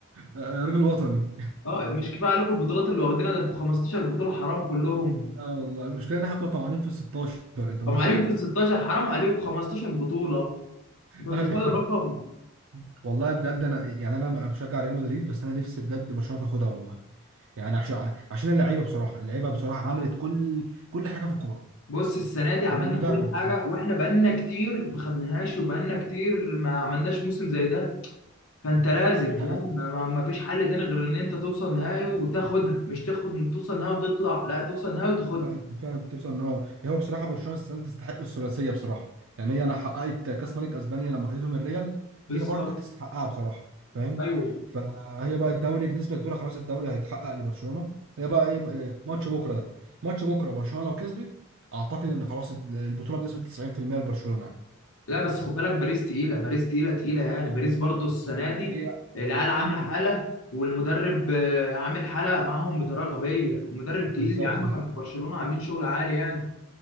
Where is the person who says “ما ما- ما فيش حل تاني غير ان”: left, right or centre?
Left